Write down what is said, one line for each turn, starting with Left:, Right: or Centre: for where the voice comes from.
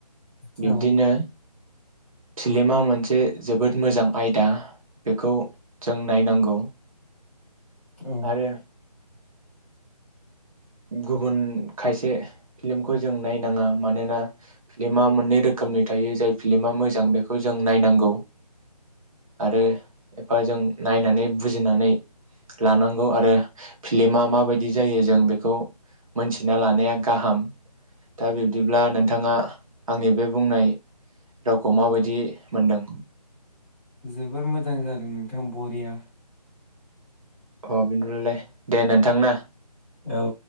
Centre: औ
Right: बिब्दिनो फिल्मा मोनसे जोबोद मोजां आयदा बेखौ जों नायनांगौ।
Centre: औ
Right: आरो गुबुन खायसे फिलिमखौ जों नायनाङा मानोना फ्लमा मोननै रोखोमनि थायो जाय फिलमा मोजां बेखौ जों नायनांगौ आरो एफा जों नायनानै बुजिनानै लानांगौ आरो फिलिमा माबायदि जायो जों बे खौ मोनथिना लानाया गाहाम दा बिब्दिब्ला नोंथाङा आंनि बे बुंनाय रावखौ माबायदि मोनदों?
Centre: जोबोर मोजां जादों नोंथां बरिया।
Right: अ बिन्दुललाय दे नोंथांना।
Centre: औ